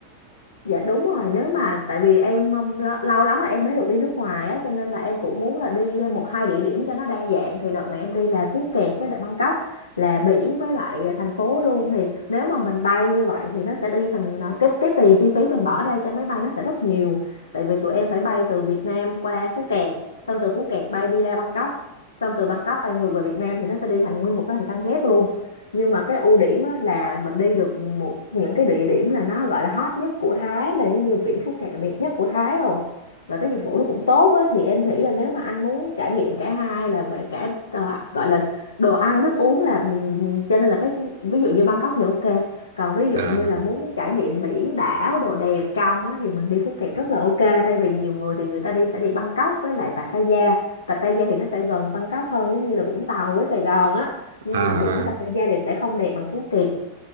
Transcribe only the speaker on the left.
Dạ đúng rồi, nếu mà tại vì em um, lo- lâu lắm là em mới được đi nước ngoài á cho nên là em cũng muốn là đi một hai địa điểm cho nó đa dạng thì đợt này em đi là Phú Kẹt với lại Bangkok là biển với lại thành phố luôn thì nếu mà mình bay như vậy thì nó sẽ đi thành à, cái cái tiền chi phí mình bỏ ra cho máy bay nó sẽ rất nhiều tại vì tụi em phải bay từ Việt Nam qua Phú Kẹt xong từ Phú Kẹt bay đi ra Bangkok xong từ Bangkok bay ngược về Việt Nam thì nó sẽ đi thành nguyên một cái hình tam giác luôn nhưng mà cái ưu điểm á, là mình đi được một những cái địa điểm là nó gọi là hot nhất của Thái là giống như biển Phú Cát là đẹp nhất của Thái rồi và cái dịch vụ nó cũng tốt á, thì em nghĩ là nếu mà anh muốn trải nghiệm cả hai là về cả ờ, gọi là đồ ăn thức uống là ừm, cho nên là cái ví dụ như Bangkok thì ok còn ví dụ
như là muốn trải nghiệm biển đảo đồ đẹp trong á, thì mình đi Phú Cát rất là ok thay vì nhiều người thì người ta đi sẽ đi Bangkok với lại Pattaya Pattaya thì nó sẽ gần Bangkok hơn giống như là Vũng Tàu với Sài Gòn á nhưng
mà biển
Pattaya thì sẽ không đẹp bằng Phú Kiệt